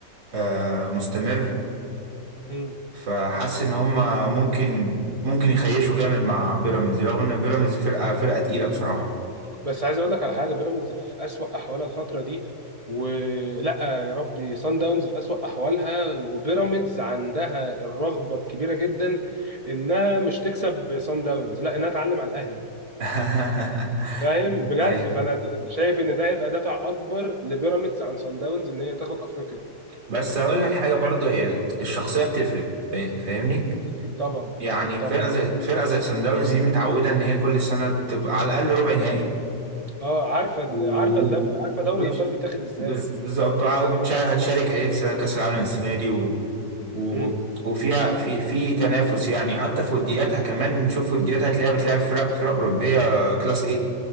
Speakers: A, on the right; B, on the right.
A: آه، مستمر
B: امم
A: فحاسس ان هم ممكن ممكن يخيشوا جامد مع بيراميدز رغم ان بيراميدز فرقة فرقة تقيلة بصراحة
B: بس عايز اقول لك على حاجه بيراميدز في اسوأ احوالها الفتره دي ولا يا ربي سان داونز في اسوأ احوالها وبيراميدز عندها الرغبه الكبيره جدا انها مش تكسب سان داونز لا انها تعلم على الاهلي
A: <laughs>
B: فاهم بجد
A: ايوه
B: فانا د- شايف ان ده هيبقى دافع اكبر لبيراميدز عن سان داونز ان هي تاخد افريقيا
A: بس هقول لك حاجه برضه هي الشخصيه بتفرق فا- فاهمني
B: اكيد طبعا
A: يعني
B: اكيد طبعا
A: فرقه زي فرقه زي سان داونز دي متعوده ان هي كل سنه تبقى على الاقل ربع نهائي
B: اه عارفه ال-
A: و
B: عارفه الدوري عارفه دوري
A: وش-
B: الابطال بيتاخد ازاي
A: بز- بالظبط وهتشارك اهي في سنة- كاس العالم السنه دي و... و...
B: امم
A: وفيها في في تنافس يعني حتى في ودياتها كمان تشوف ودياتها هتلاقيها بتلعب فرق فرق اوروبيه كلاس A